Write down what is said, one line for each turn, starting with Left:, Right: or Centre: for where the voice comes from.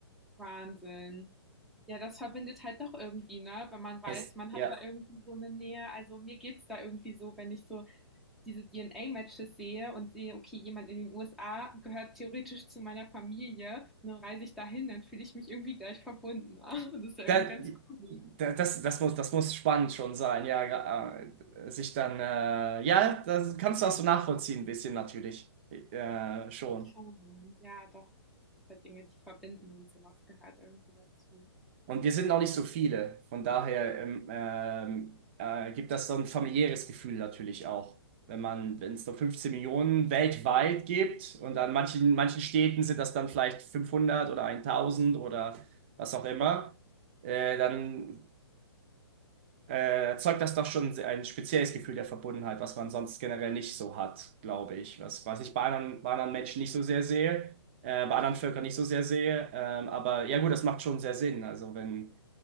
Centre: Wahnsinn. Ja, das verbindet halt doch irgendwie, ne? Wenn man weiß,
Right: Es,
Centre: man
Right: ja,
Centre: hat da irgendwie so eine Nähe. Also mir geht's da irgendwie so, wenn ich so diese DNA-Matches sehe und sehe, okay, jemand in den USA gehört theoretisch zu meiner Familie und dann reise ich dahin, dann fühle ich mich irgendwie gleich verbunden. <laughs> Das ist ja
Right: da,
Centre: irgendwie ganz cool.
Right: da, das, das muss, das muss spannend schon sein, ja, äh, sich dann, äh, ja, das kannst du das so nachvollziehen, ein bisschen natürlich, äh, schon.
Centre: Oh, Ja, doch. Es gibt halt Dinge, die verbinden und sowas gehört irgendwie dazu.
Right: Und wir sind noch nicht so viele. Von daher ähm, ähm, äh, gibt das so ein familiäres Gefühl natürlich auch. Wenn man, wenn es nur 15 Millionen weltweit gibt und an manchen, manchen Städten sind das dann vielleicht 500 oder 1000 oder was auch immer, äh, dann äh, erzeugt das doch schon ein spezielles Gefühl der Verbundenheit, was man sonst generell nicht so hat, glaube ich. Was, was ich bei anderen, bei anderen Menschen nicht so sehr sehe, äh, bei anderen Völkern nicht so sehr sehe. Ähm, aber ja gut, das macht schon sehr Sinn. Also wenn